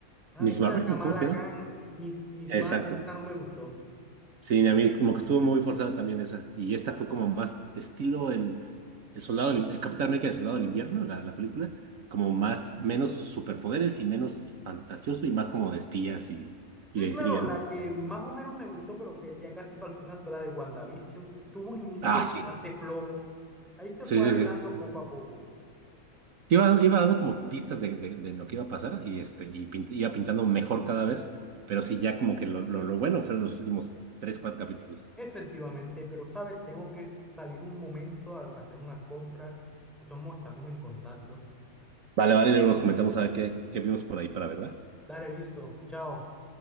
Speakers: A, in the centre; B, on the right (about 65°).
A: Ah,
B: Miss
A: esta
B: Marvel,
A: Kamala
B: ¿cómo se llama?
A: Khan, Miss, Miss
B: Exacto.
A: Marvel, esta no me gustó.
B: Sí, a mí como que estuvo muy forzada también esa. Y esta fue como más estilo el, el soldado, del- el Capitán América, del soldado del invierno, la, la película, como más, menos superpoderes y menos fantasioso y más como de espías y, y
A: Sí,
B: de
A: claro,
B: intriga,
A: la
B: ¿no?
A: que más o menos me gustó, pero que ya casi para el final fue la de WandaVision. Tuvo un inicio
B: Ah,
A: bastante
B: sí.
A: flojo. Ahí se
B: Sí,
A: fue
B: sí,
A: arreglando
B: sí.
A: poco a poco.
B: Iba, iba dando como pistas de, de- de lo que iba a pasar y, este, y pint- iba pintando mejor cada vez, pero sí, ya como que lo, lo, lo bueno fueron los últimos tres, cuatro capítulos.
A: Efectivamente, pero sabes, tengo que salir un momento a hacer unas compras. De todos modos, estamos en contacto.
B: Vale, vale, luego nos comentamos a ver qué, qué vimos por ahí para ver, ¿verdad?
A: Dale, listo. Chao.